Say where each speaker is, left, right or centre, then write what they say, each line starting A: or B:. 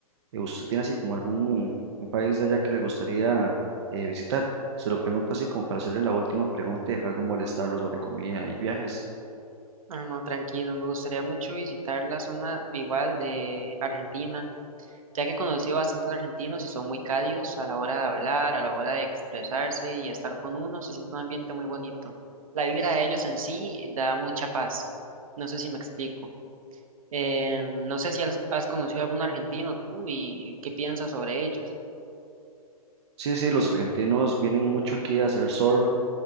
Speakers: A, on the right (about 45°); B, on the right (about 60°).
A: Eh, ¿Usted tiene así como algún un país de allá que le gustaría eh, visitar? Se lo pregunto así como para hacerle la última pregunta y dejar de molestarlo sobre comida y viajes.
B: Ah, no, tranquilo. Me gustaría mucho visitar la zona igual de Argentina, ya que he conocido bastantes argentinos y son muy cálidos a la hora de hablar, a la hora de expresarse y estar con uno. Se siente un ambiente muy bonito. La vibra de ellos en sí da mucha paz. No sé si me explico. Eh, no sé si has has conocido algún argentino tú y qué piensas sobre ellos.
A: Sí, sí, los argentinos vienen mucho aquí a hacer surf